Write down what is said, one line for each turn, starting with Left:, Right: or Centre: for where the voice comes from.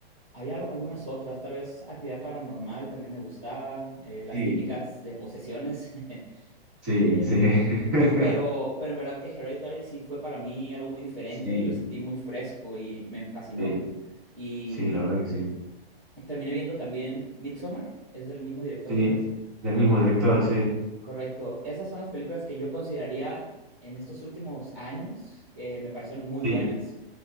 Centre: había al- algunas otras, tal vez Actividad Paranormal también me gustaba, eh, las
Right: Sí,
Centre: típicas de posesiones. <laughs>
Right: sí,
Centre: Eh,
Right: sí. <laughs>
Centre: pero, pero en verdad que Hereditary sí fue para mí algo muy diferente
Right: Sí,
Centre: y lo sentí muy fresco y me fascinó.
Right: sí,
Centre: Y
Right: sí, la verdad que sí.
Centre: terminé viendo también Midsommar, es del mismo director,
Right: Sí,
Centre: me parece.
Right: del mismo director, sí.
Centre: Correcto. Esas son las películas que yo consideraría en estos últimos años que me parecieron muy buenas.
Right: Sí,